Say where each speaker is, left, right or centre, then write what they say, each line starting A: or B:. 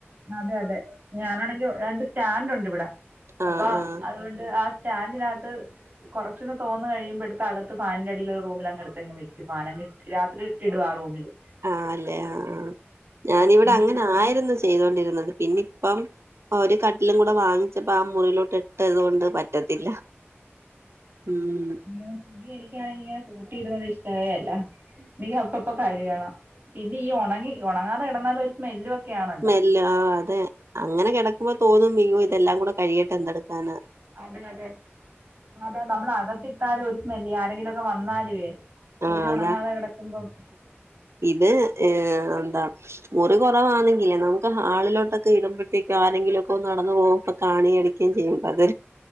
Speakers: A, on the right (about 40°); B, on the right (about 75°).
A: അതെ അതെ ഞാനാണെങ്കി രണ്ട് സ്റ്റാൻന്റ് ഉണ്ട് ഇവിടെ
B: ആഹ്
A: അപ്പൊ
B: ആഹ്
A: അത് ത്കൊണ്ട് ആ സ്റ്റാന്റിനകത്ത് കൊറച്ചൊന്ന് തോർന്ന് കഴിയുമ്പൊ എട്ത്ത് അകത്ത് ഫാനിന്റെ അടിയില് ഒര് റൂമിലങ്ങ് എട്ത്തങ്ങ് വെക്കും ഫാനങ്ങണ്ട് രാത്രി ഇട്ട് ഇടും ആ റൂമില്
B: ആഹ് ല്ലേ ആഹ് ആഹ് ഞാനിവിടെ
A: എനിക്ക്
B: അങ്ങനെ ആയിരുന്നു ചെയ്തോണ്ടിരുന്നത് പിന്നി ഇപ്പം ആഹ് ഒരു കട്ടിലും കൂടെ വാങ്ങിച്ചപ്പോ ആ മുറിയിലോട്ട് ഇട്ടത്കൊണ്ട് പറ്റത്തില്ല ഉം ഉം
A: പിന്നെ തുണിഎനിക്കാണെങ്കി ഇങ്ങനെ കൂട്ടിയിടുന്നത് ഇഷ്ടവേ അല്ല എനിക്ക് അപ്പപ്പ കഴ്കണം പിന്നെ ഈ ഉണങ്ങി ഉണങ്ങാതെ കിടന്നാലൽ ഒരു സ്മെല്ലുംക്കെയാണ്
B: സ്മെല്ല് ആ അതെ അങ്ങനെ കിടക്കുമ്പോ തോന്നും മീ ഇതെല്ലാം കൂടെ കഴിയയിട്ട് എന്തെടുക്കാന്
A: അതെ അതെ അതാ നമ്മള അകത്തി ഇട്ടാലും ഒരുത്തുന്നില്ലേ ആരെങ്കിലുംക്കെ വന്നാല വേ തുണി
B: ആ അതാ
A: ഉണങ്ങാതെ കിടക്കുമ്പം
B: ഇത് ഏ എന്താ മുറി കുറവാണെങ്കിലേ നമുക്ക് ഹാളിലോട്ടൊക്കെ ഇടുമ്പോഴേക്കെ ആരെങ്കിലുമ ഒക്കെ നടന്നു പോകും ഇപ്പൊ കാണി കടിക്കയും ചെയ്യും അത്